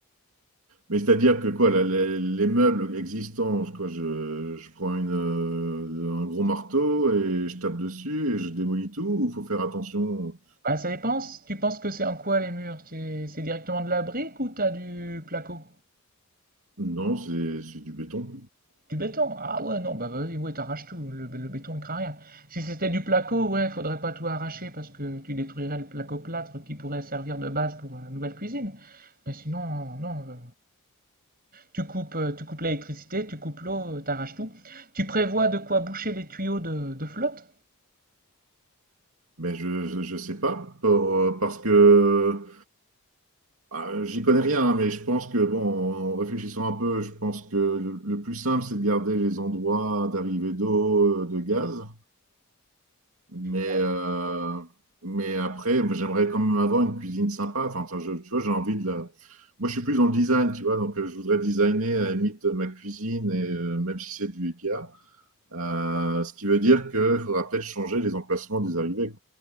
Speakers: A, on the right; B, on the right.
A: Mais c'est-à-dire que quoi, la- la- les meubles existants, quoi, je, je prends une, euh, un gros marteau et je tape dessus et je démolis tout, ou faut faire attention?
B: Bah, ça dépend, si tu penses que c'est en quoi les murs? C'est c'est directement de la brique ou t'as du placo?
A: Non, c'est c'est du béton.
B: Du béton? Ah ouais, non, bah vas-y, ouais, t'arraches tout, le, le béton il craint rien. Si c'était du placo, ouais, faudrait pas tout arracher parce que tu détruirais le placo-plâtre qui pourrait servir de base pour la nouvelle cuisine. Mais sinon, non, euh, Tu coupes, euh, tu coupes l'électricité, tu coupes l'eau, euh, t'arraches tout. Tu prévois de quoi boucher les tuyaux de, de flotte?
A: Mais je, je, je sais pas, pour, euh, parce que ah, j'y connais rien, hein, mais je pense que, bon, en réfléchissant un peu, je pense que le, le plus simple, c'est de garder les endroits d'arrivée d'eau, euh, de gaz. Mais,
B: Ouais.
A: euh, mais après, j'aimerais quand même avoir une cuisine sympa. Enfin, ça, je- tu vois, j'ai envie de la. Moi, je suis plus dans le design, tu vois. Donc, euh, je voudrais designer à la limite euh, ma cuisine, et, euh, même si c'est du Ikea. Euh, ce qui veut dire qu'il faudra peut-être changer les emplacements des arrivées.